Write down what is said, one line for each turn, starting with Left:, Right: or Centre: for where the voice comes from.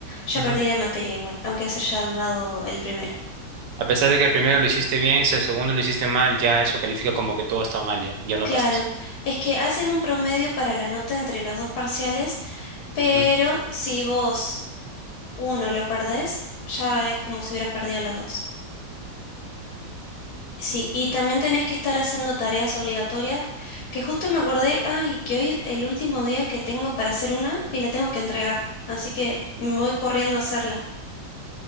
Left: ya
Right: ujú.
Left: perdí la materia igual, aunque haya salvado el primero.
Right: A pesar de que el primero lo hiciste bien, si el segundo lo hiciste mal, ya eso califica como que todo está mal, ya, ya no
Left: Claro,
Right: pasas.
Left: es que hacen un promedio para la nota entre los dos parciales, pero
Right: Ujú.
Left: si vos uno lo perdés, ya es como si hubieras perdido los dos. Sí, y también tenés que estar haciendo tareas obligatorias, que justo me acordé, ay, que hoy es el último día que tengo para hacer una y la tengo que entregar, así que me voy corriendo a hacerla.